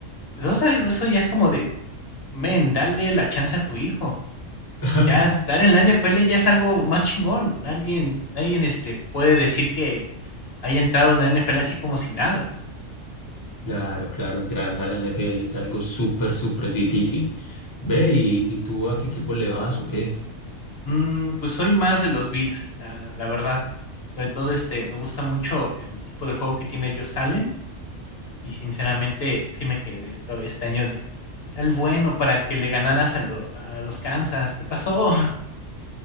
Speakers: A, on the left; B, on the left.
A: Pues eso, eso ya es como de, men, dale la chance a tu hijo.
B: <laughs>
A: Ya estar en la NFL ya es algo más chingón. Alguien, alguien este, puede decir que haya entrado en la NFL así como si nada.
B: Claro, claro, entrar a la NFL es algo súper, súper difícil. Ve, ¿y, y tú a qué equipo le vas o qué?
A: Mm, pues soy más de los Bills, la, la verdad. Sobre todo este, me gusta mucho el tipo de juego que tiene Josh Allen. Y sinceramente sí me quedé todavía este año de, era el bueno para que le ganaras a, lo- a los Kansas. ¿Qué pasó? <laughs>